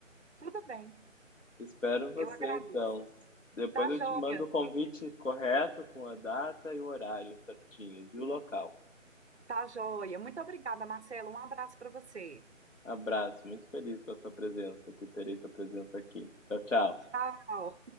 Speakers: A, on the right; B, on the left.
A: Tudo bem.
B: Espero você
A: Eu agradeço.
B: então. Depois
A: Tá
B: eu
A: joia,
B: te mando o convite correto, com a data e o horário certinhos e o local.
A: tá joia. Muito obrigada, Marcelo. Um abraço para você.
B: Abraço, muito feliz com a sua presença, que terei sua presença aqui. Tchau, tchau.
A: Tchau.